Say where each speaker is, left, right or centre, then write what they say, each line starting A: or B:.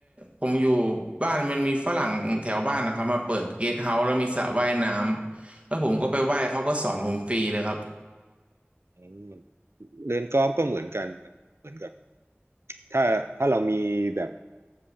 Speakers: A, on the right; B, on the right.
A: ผมอยู่บ้านมันมีฝรั่งแถวบ้านนะครับมาเปิดเกสต์เฮาส์แล้วมีสระว่ายน้ำแล้วผมก็ไปว่ายเขาก็สอนผมฟรีเลยครับ
B: อืมเรียนกอล์ฟก็เหมือนกันมันเหมือนกับถ้าถ้าเรามีแบบ